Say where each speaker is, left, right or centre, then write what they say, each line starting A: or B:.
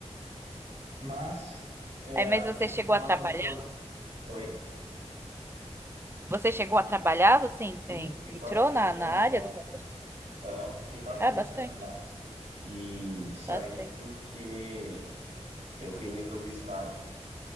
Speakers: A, on the right; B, on the right.
A: Mas é,
B: Aí, mas
A: acho
B: você
A: que no
B: chegou
A: final
B: a trabalhar?
A: eles estavam. Oi?
B: Você chegou a trabalhar? Você en-
A: Sim,
B: en-
A: fiquei
B: entrou
A: quase três
B: na,
A: anos
B: na área
A: lá.
B: do. con-
A: Aham, fiquei quase
B: Ah,
A: três
B: bastante,
A: anos lá. E saí
B: bastante.
A: porque eu queria fazer estágio.